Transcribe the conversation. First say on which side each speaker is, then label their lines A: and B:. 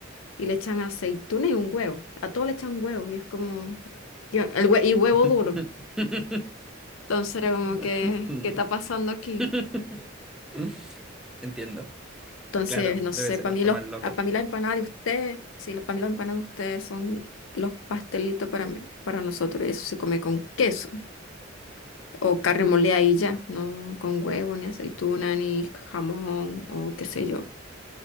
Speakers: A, on the left; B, in the centre.
A: y le echan aceituna y un huevo. A todo le echan huevo y es como, yo- el hue- y huevo
B: <laughs>
A: duro. Entonces era como que,
B: <laughs>
A: ¿qué está pasando aquí?
B: <laughs> Entiendo.
A: Entonces,
B: Claro,
A: no
B: debe
A: sé,
B: ser
A: para
B: harto
A: mí los,
B: más loco.
A: para mí la empanada de ustedes, sí, para mí las empanadas de ustedes son los pastelitos para mí, para nosotros eso se come con queso o carne molida y ya, no con huevo, ni aceituna, ni jamón o qué sé yo.